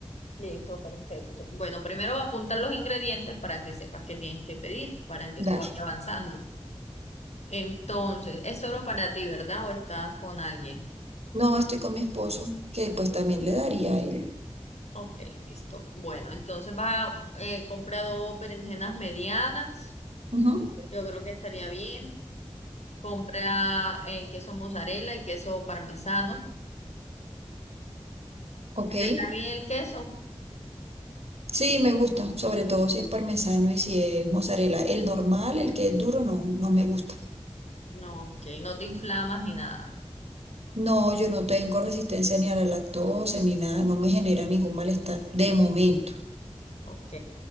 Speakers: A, on the left; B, on the right.
A: Listo, perfecto. Bueno, primero apuntar los ingredientes para que sepas qué tienes que pedir, para que
B: Dale.
A: eso vaya avanzando. Entonces, es solo para ti, ¿verdad? ¿O estás con alguien?
B: No, estoy con mi esposo, que pues también le daría a él.
A: Ok, listo. Bueno, entonces vas a eh, comprar dos berenjenas medianas.
B: Ujú,
A: Yo creo que estaría bien. Compra eh, queso mozzarella y queso parmesano.
B: Ok.
A: ¿Te cae bien el queso?
B: Sí, me gusta, sobre todo si es parmesano y si es mozzarella. El normal, el que es duro, no, no me gusta.
A: No, ok, no te inflamas ni nada.
B: No, yo no tengo resistencia ni a la lactosa ni nada, no me genera ningún malestar de momento.
A: Ok.